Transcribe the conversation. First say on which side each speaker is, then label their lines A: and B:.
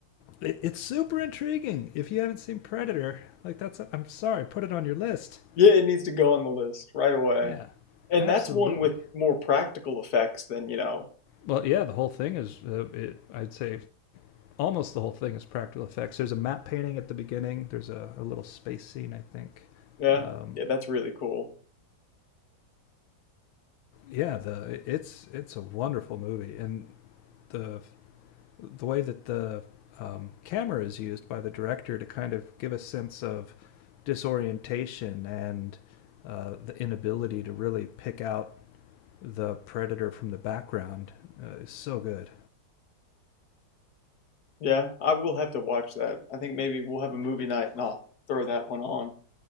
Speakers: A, on the left (about 85°); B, on the left (about 55°).
A: It, it's super intriguing. If you haven't seen Predator, like that's, a, I'm sorry, put it on your list.
B: Yeah, it needs to go on the list right away.
A: Yeah,
B: And
A: absolutely.
B: that's one with more practical effects than, you know.
A: Well, yeah, the whole thing is, uh, it, I'd say, almost the whole thing is practical effects. There's a matte painting at the beginning. There's a, a little space scene, I think.
B: Yeah.
A: Um,
B: Yeah, that's really cool.
A: yeah, the it's it's a wonderful movie, and the the way that the um, camera is used by the director to kind of give a sense of disorientation and uh, the inability to really pick out the predator from the background uh, is so good.
B: Yeah, I will have to watch that. I think maybe we'll have a movie night and I'll throw that one on.